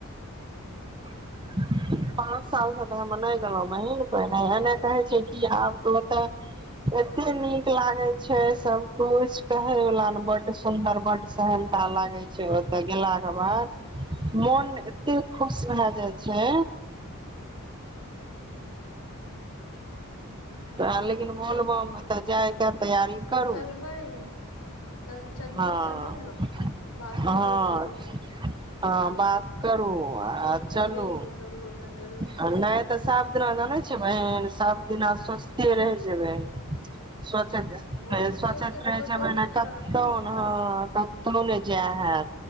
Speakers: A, on the right (about 20°); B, on the left (about 75°).
A: <unintelligible> पाँच साल से तऽ हम नहि गेलहु बहीन प एने कहे छै कि आब तऽ ओते एते नीक लागे छै सब कछ कहे वला ने बड सुन्दर बड सहनता लागे छै ओते गेला के बाद मन एते खुश भए जाय छै। छै तऽ लेकिन बोलबममे तऽ जाय। तैयारी करू
B: चलबै चल चलिये
A: हँ
B: चलू ने बात
A: हँ।
B: करू चलू
A: हँ बात करू।
B: <unintelligible>
A: आ चलू
B: के सब गोटा चलू
A: आ नहि तऽ साफ दिना जानै छै बहन। सभ दिना स्वस्थे रहि जेबै। स्वच के,
B: वही
A: सोचके
B: सोचैत सोचैत
A: जमाना कतौ,
B: तऽ
A: हं कतौ नहि जय ह।